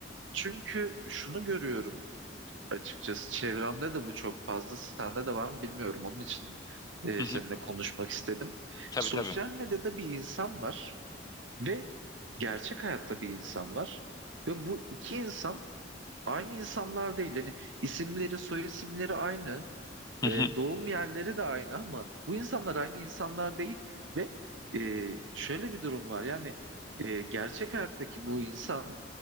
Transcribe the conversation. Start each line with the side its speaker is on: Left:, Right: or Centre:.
Right: çünkü şunu görüyorum açıkçası çevremde de bu çok fazla sende de var mı bilmiyorum onun için eee,
Left: Hı hı.
Right: seninle konuşmak istedim.
Left: Tabii
Right: Sosyal
Left: tabii.
Right: medyada bir insan var. Ve gerçek hayatta bir insan var. Ve bu iki insan aynı insanlar değil. Yani isimleri, soy isimleri aynı.
Left: Hı
Right: e,
Left: hı.
Right: doğum yerleri de aynı ama bu insanlar aynı insanlar değil. Ve e, şöyle bir durum var. Yani e, gerçek hayattaki bu insan